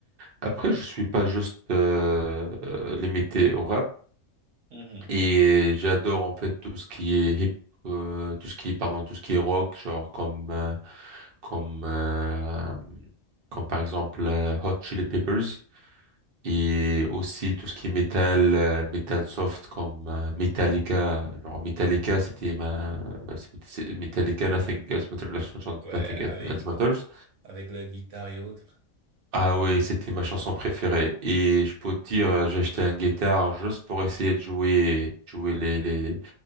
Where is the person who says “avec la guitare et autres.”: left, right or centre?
Right